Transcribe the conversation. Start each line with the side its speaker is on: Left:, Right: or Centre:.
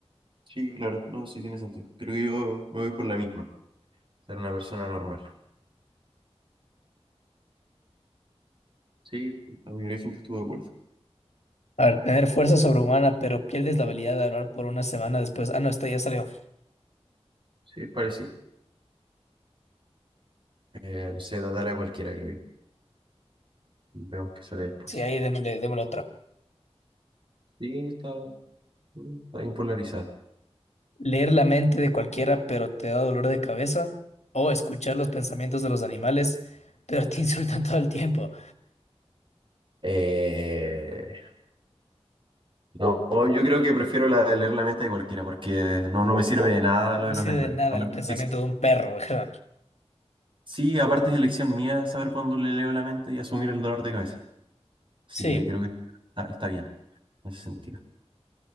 Right: Sí, claro, no, sí tiene sentido. Creo que yo me voy por la misma, ser una persona normal. Sí, la mayoría de gente estuvo de acuerdo.
Left: A ver, tener fuerza sobrehumana, pero pierdes la habilidad de hablar por una semana después. Ah, no, esta ya salió.
Right: Sí, es parecido. Eh, no sé, tratar a cualquiera, creo yo. Vemos qué sale después.
Left: Sí, ahí démosle, démosle otra.
Right: Sí, está, mm, está bien polarizada.
Left: Leer la mente de cualquiera, pero te da dolor de cabeza. O escuchar los pensamientos de los animales, pero te <laughs> insultan todo el tiempo.
Right: Eh, no, yo creo que prefiero la de leer la mente de cualquiera, porque no, no me sirve de nada lo
Left: No
Right: de los
Left: sirve
Right: animales.
Left: de nada
Right: Aparte-
Left: el pensamiento de un perro. ajá.
Right: sí, aparte es elección mía saber cuándo le leo la mente y asumir el dolor de cabeza. Así
Left: Sí.
Right: que creo que está, está bien en ese sentido.